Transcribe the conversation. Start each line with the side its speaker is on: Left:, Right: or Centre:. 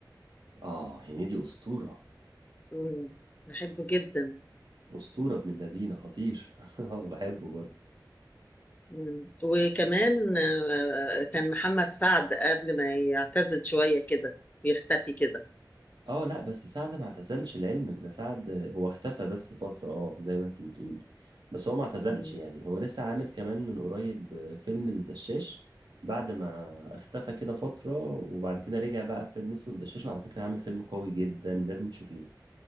Right: اه هنيدي اسطوره
Left: مم. بحبه جدا
Right: اسطوره ابن اللذينه خطير <laughs> اه بحبه برضه
Left: مم. وكمان آه، آه، كان محمد سعد قبل ما يعتزل شوية كده ويختفي كده
Right: اه لا بس سعد ما اعتزلش لعلمك ده سعد هو اختفى بس فترة اه زي ما انت بتقول بس هو ما اعتزلش
Left: مم.
Right: يعني هو لسه عامل كمان من قريب فيلم الدشاش بعد ما اختفى كده فترة وبعد كده رجع بقى في فيلم اسمه الدشاش وعلى فكرة عامل فيلم قوي جدا لازم تشوفيه